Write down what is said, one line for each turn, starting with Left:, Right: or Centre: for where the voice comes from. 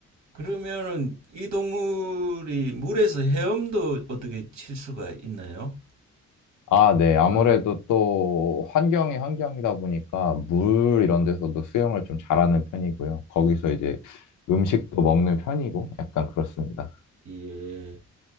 Right: 그러면은 이 동물이 물에서 헤엄도 어떻게 칠 수가 있나요?
Left: 아, 네. 아무래도
Right: 음.
Left: 또 환경이 환경이다 보니까 물 이런 데서도 수영을 좀 잘하는 편이고요. 거기서 이제 음식도 먹는 편이고 약간 그렇습니다.
Right: 예.